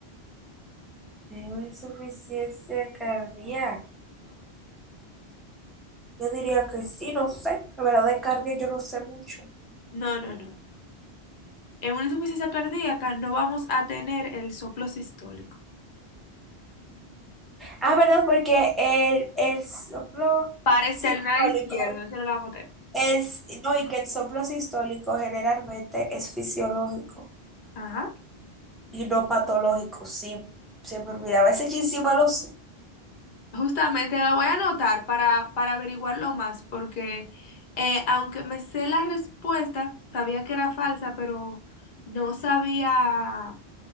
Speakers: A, in the centre; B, on the left (about 55°).
A: Tengo insuficiencia cardíaca. Yo diría que sí, no sé. La verdad, de cardio yo no sé mucho.
B: No, no, no. En una insuficiencia cardíaca no vamos a tener el soplo sistólico.
A: Ah, ¿verdad? Porque el, el soplo
B: Paraesternal
A: sistólico
B: izquierdo, eso no lo vamos a tener.
A: es, no, y que el soplo sistólico generalmente es fisiológico
B: Ajá.
A: y no patológico. Sí, se me olvidaba. Ese chisme lo sé.
B: Justamente la voy a anotar para, para averiguarlo más, porque eh, aunque me sé la respuesta, sabía que era falsa, pero no sabía,